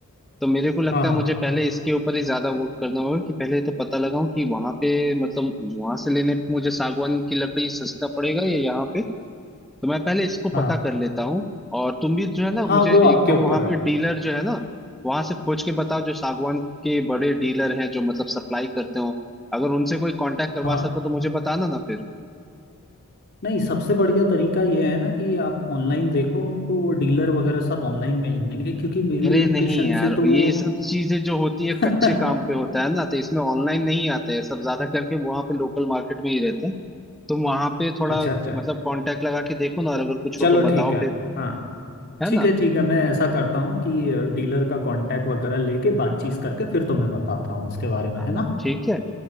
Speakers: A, in the centre; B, on the left (about 50°).
A: तो मेरे को लगता
B: हाँ हाँ
A: है मुझे पहले इसके ऊपर ही ज्यादा वर्क करना होगा कि पहले तो पता लगाऊं कि वहां पे मतलब वहां से लेने पे मुझे सागवान की लकड़ी सस्ता पड़ेगा या यहाँ पे तो मैं पहले इसको
B: हाँ
A: पता कर लेता हूँ और तुम भी जो है ना मुझे
B: हाँ वो आपके
A: एक दो
B: ऊपर
A: वहां पे
B: है
A: डीलर जो है ना वहां से खोज के बताओ जो सागवान के बड़े डीलर हैं जो मतलब सप्लाई करते हो अगर उनसे कोई कांटेक्ट करवा
B: हाँ
A: सको तो मुझे बताना ना फिर
B: नहीं सबसे बढ़िया तरीका ये है ना कि आप ऑनलाइन देखो उनको वो डीलर वगैरह सब ऑनलाइन मिल जाएंगे क्योंकि मेरी
A: अरे
B: लोकेशन
A: नहीं यार
B: से तो वो
A: ये सब चीजें जो होती है
B: <laughs>
A: कच्चे काम पे होता है ना तो इसमें ऑनलाइन नहीं आते हैं सब ज्यादा करके वहां पे लोकल मार्केट में ही रहते हैं तुम वहां पे थोड़ा
B: अच्छा अच्छा
A: मतलब कांटेक्ट लगा के देखो ना और अगर कुछ
B: चलो
A: हो तो बताओ
B: ठीक है
A: फिर
B: हाँ
A: है
B: ठीक
A: ना
B: है ठीक है मैं ऐसा करता हूँ कि डीलर का कांटेक्ट वगैरह लेके बातचीत करके फिर तुम्हें बताता हूँ इसके बारे
A: बताना
B: में है ना
A: ठीक है